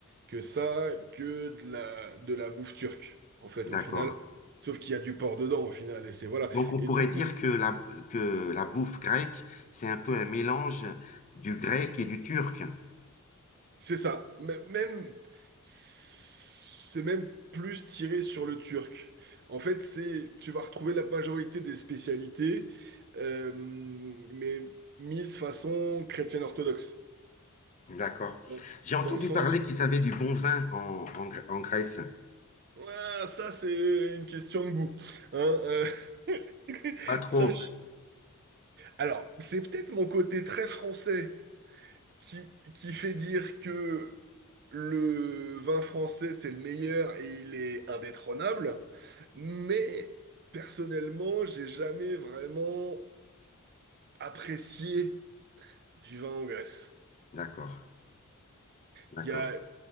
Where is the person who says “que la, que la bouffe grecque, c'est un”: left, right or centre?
Left